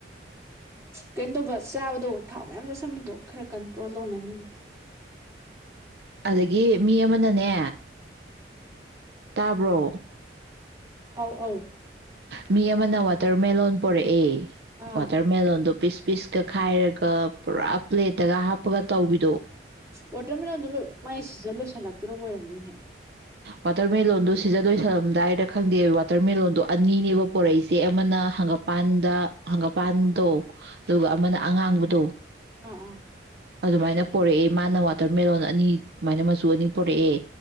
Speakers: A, on the right (about 15°); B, on the right (about 60°).
A: ꯀꯩꯅ‌ꯣ ꯇꯧꯕ ꯆꯥꯕꯗꯣ ꯊꯥꯎ ꯃꯌꯥꯝ ꯆꯠꯁꯟꯕꯗꯣ ꯈꯔ ꯀꯟꯇ꯭ꯔꯣꯜ ꯇꯧꯅꯕꯅꯤꯅꯦ
B: ꯑꯗꯒꯤ ꯃꯤ ꯑꯃꯅꯅꯦ ꯇꯥꯕ꯭ꯔꯣ
A: ꯑꯥꯎ ꯑꯥꯎ
B: ꯃꯤ ꯑꯃꯅ ꯋꯥꯇꯔꯃꯦꯂꯣꯟ ꯄꯣꯔꯛꯑꯦ
A: ꯑꯥ
B: ꯋꯥꯇꯔ ꯃꯦꯂ‌ꯣꯟꯗ‌ꯣ ꯄꯤꯁ ꯄꯤꯁꯀ ꯈꯥꯏꯔꯒ ꯄꯨꯔꯥ ꯄ꯭ꯂꯦꯠꯇꯒ ꯍꯥꯞꯄꯒ ꯇꯧꯕꯤꯗꯣ
A: ꯋꯥꯇꯔꯃꯦꯂꯣꯟꯗꯣ ꯃꯥꯏ ꯁꯤꯖ ꯂꯣꯏꯁꯤꯜꯂꯛꯇ꯭ꯔꯕ ꯑꯣꯏꯔꯝꯅꯤꯅꯦꯍ
B: ꯋꯥꯇꯔꯃꯦꯂꯣꯟꯗꯣ ꯁꯤꯖꯟ ꯂꯣꯏꯁꯜꯂꯝꯗꯥꯏꯔ ꯈꯪꯗꯦ ꯋꯥꯇꯔꯃꯦꯂꯣꯟꯗꯣ ꯑꯅꯤꯅꯦꯕ ꯄꯣꯔꯛꯏꯁꯦ ꯑꯃꯅ ꯍꯪꯒꯄꯥꯟꯗ ꯍꯪꯒꯄꯥꯟꯗꯣ ꯑꯗꯨꯒ ꯑꯃꯅ ꯑꯉꯥꯡꯕꯗꯣ
A: ꯑꯥ ꯑꯥ
B: ꯑꯗꯨꯃꯥꯏꯅ ꯄꯣꯔꯛꯑꯦ ꯃꯥꯅ ꯋꯥꯇꯔꯃꯦꯜꯂꯣꯟ ꯑꯅꯤ ꯑꯗꯨꯃꯥꯏꯅ ꯃꯆꯨ ꯑꯅꯤ ꯄꯣꯔꯛꯑꯦ